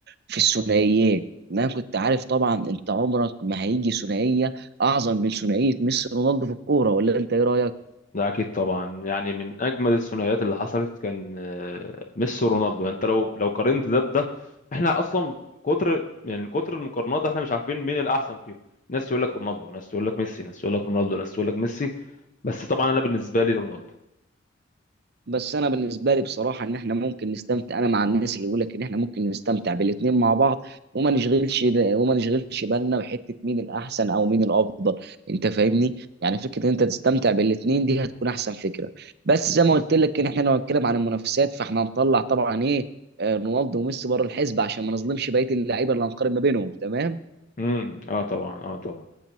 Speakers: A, on the right; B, on the left.
A: في الثنائيات إن انا كنت عارف طبعا انت عمرك ما هيجي ثنائية اعظم من ثنائية ميسي ورونالدو في الكورة ولا انت ايه رأيك
B: ده اكيد طبعا يعني من اجمل الثنائيات اللي حصلت كان آه، ميسي ورونالدو يعني انت لو لو قارنت ده بده احنا اصلا كتر يعني كتر المقارنات احنا مش عارفين مين الاحسن فيهم ناس تقول لك رونالدو ناس تقول لك ميسي ناس تقول لك رونالدو ناس تقول لك ميسي بس طبعا انا بالنسبه لي رونالدو
A: بس انا بالنسبه لي بصراحه ان احنا ممكن نستمتع انا مع الناس اللي بيقول لك ان احنا ممكن نستمتع بالاثنين مع بعض وما نشغلش وما نشغلش بالنا بحته مين الاحسن او مين الافضل انت فاهمني يعني فكره ان انت تستمتع بالاثنين دي هتكون احسن فكره بس زي ما قلت لك ان احنا لو هنتكلم عن المنافسات فاحنا هنطلع طبعا ايه آه، رونالدو وميسي بره الحسبه عشان ما نظلمش بقيه اللعيبه اللي هنقارن ما بينهم تمام
B: امم اه طبعا اه طبعا